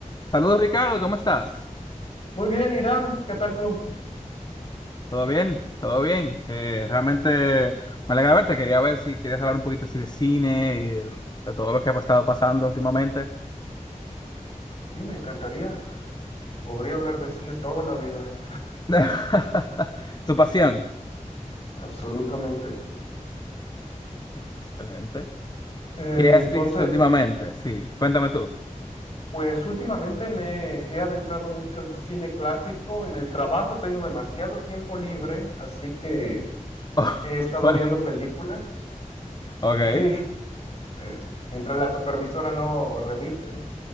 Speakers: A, on the left (about 30°); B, on the left (about 45°).
A: Saludos Ricardo, ¿cómo estás?
B: Muy bien, Irán, ¿qué tal tú?
A: ¿Todo bien? ¿Todo bien? Eh, realmente me alegra verte, quería ver si querías hablar un poquito así de cine y de de todo lo que ha estado pasando últimamente.
B: Sí, me encantaría. Podría hablar de cine toda la vida,
A: <laughs> Tu pasión.
B: absolutamente.
A: Excelente.
B: Eh,
A: ¿Qué has
B: entonces,
A: visto últimamente? Sí, cuéntame tú.
B: pues últimamente me he adentrado mucho al cine clásico. En el trabajo tengo demasiado tiempo libre, así que
A: <laughs>
B: he estado
A: Bueno,
B: viendo películas.
A: ok.
B: Sí, eh, mientras la supervisora no revise.